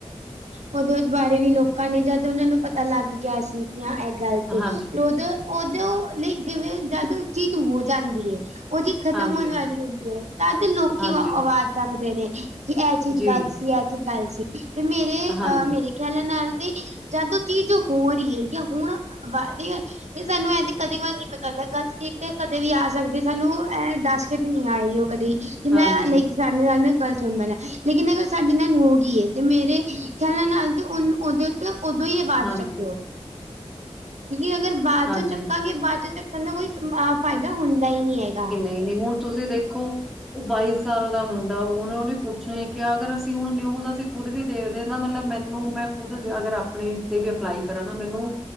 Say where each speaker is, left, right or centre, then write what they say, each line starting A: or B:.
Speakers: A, on the right; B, in the centre.
A: ਉਹਦੇ ਬਾਰੇ ਵੀ ਲੋਕਾਂ ਨੇ ਜਦ ਉਹਨਾਂ ਨੂੰ ਪਤਾ ਲੱਗ ਗਿਆ ਸੀ ਇਹ ਗੱਲ ਤੇ
B: ਹਾਂਜੀ
A: ਉਦੋਂ ਉਦੋਂ ਨਹੀਂ ਜਿਵੇਂ ਜਦੋਂ ਚੀਜ਼ ਹੋ ਜਾਂਦੀ ਹੈ ਉਹ ਜੀ ਖ਼ਤਮ
B: ਹਾਂਜੀ
A: ਹੋਣ ਵਾਲੀ ਹੋਈ ਏ ਤਦ ਲੋਕੀ
B: ਹਾਂਜੀ
A: ਅਵਾ ਆਵਾਜ਼ ਚੱਕਦੇ ਨੇ। ਕਿ ਇਹ ਚੀਜ਼
B: ਜੀ
A: ਗ਼ਲਤ ਸੀ ਇਹ ਚੀਜ਼ ਗਲ ਸੀ ਤੇ ਮੇਰੇ ਅਹ
B: ਹਾਂਜੀ
A: ਮੇਰੇ ਖਿਆਲਾਂ ਨਾਲ ਤੇ ਜਦ ਉਹ ਚੀਜ਼ ਹੋ ਰਹੀ ਹੈ ਜਾਂ ਹੋਣ ਵ ਵਾਲੀ ਏ ਜੇ ਸਾਨੂੰ ਇੰਝ ਕਦੇ ਕਦਾਈ ਨੀ ਪਤਾ ਹੁੰਦਾ ਗਲ ਕੀਤੇ ਕਦੇ ਵੀ ਆ ਸਕਦੀ ਸਾਨੂੰ ਇਹ ਦੱਸ ਕਦੇ ਨੀ ਆਈ ਉਹ ਕਦੇ ਕਿ ਮੈਂ
B: ਹਾਂਜੀ
A: ਲਾਈਕ ਸਾਡੇ ਨਾਲ ਨਾ ਗੱਲ ਸੁਣਨ ਵਾਲਾ ਲੇਕਿਨ ਅਗਰ ਸਾਡੇ ਨਾਲ ਹੋ ਗਈ ਏ। ਤੇ ਮੇਰੇ ਖਿਆਲਾਂ ਨਾਲ ਤੇ ਉਹਨੂੰ ਉਹਦੇ ਉੱਤੇ ਓਦੋਂ ਹੀ ਆਵਾਜ਼
B: ਹਾਂਜੀ
A: ਚੁਕ ਲਓ। ਕਿਉਂਕਿ ਅਗਰ ਬਾਦ
B: ਹਾਂਜੀ
A: ਚੋਂ ਚੱਕਾਂਗੇ ਬਾਦ ਚ ਚੱਕਣ ਨਾ ਕੋਈ ਆਪ ਫਾਇਦਾ ਹੁੰਦਾ ਹੀ ਨਹੀਂ ਹੈਗਾ।
B: ਨਹੀਂ ਨਹੀਂ ਹੁਣ ਤੁਸੀਂ ਦੇਖੋ ਉਹ ਬਾਈ ਸਾਲ ਦਾ ਮੁੰਡਾ ਉਹਨੇ ਉਹਨੇ ਕੁੱਛ ਨੀ ਕਿਹਾ ਅਗਰ ਅਸੀਂ ਹੁਣ ਨਿਊਜ਼ ਅਸੀਂ ਖੁਦ ਵੀ ਦੇਖਦੇ ਨਾ ਮਤਲਬ ਮੈਨੂੰ ਮੈਂ ਖੁਦ ਜੇ ਅਗਰ ਆਪਣੇ ਤੇ ਵੀ ਅਪਲਾਈ ਕਰਾਂ ਨਾ ਮੈਨੂੰ